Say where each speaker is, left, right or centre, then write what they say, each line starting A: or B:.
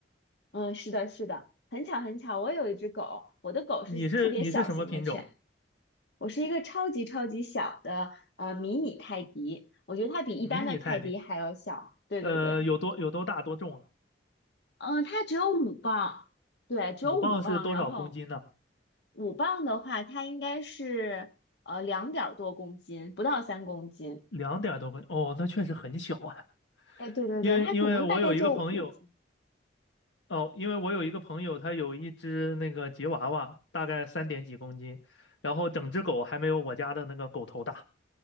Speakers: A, on the left; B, on the left.
A: 嗯，是的，是的，很巧很巧，我有一只狗。我的狗是特别小型的犬，
B: 你是你是什么品种？
A: 我是一个超级超级小的呃迷你泰迪，我觉得它比一般的泰迪还要小。
B: 迷你泰迪，
A: 对对对，
B: 呃，有多有多大多重啊？
A: 嗯、它只有五磅。对，只有五磅，
B: 五磅是多少公斤呢？
A: 然后五磅的话，它应该是呃两点儿多公斤，不到三公斤。
B: 两点多公斤哦，那确实很小啊。
A: 哎，对对对，
B: 因为因为我有一个朋友，
A: 它可能大概就五斤。
B: 哦，因为我有一个朋友，他有一只那个吉娃娃，大概三点几公斤，然后整只狗还没有我家的那个狗头大。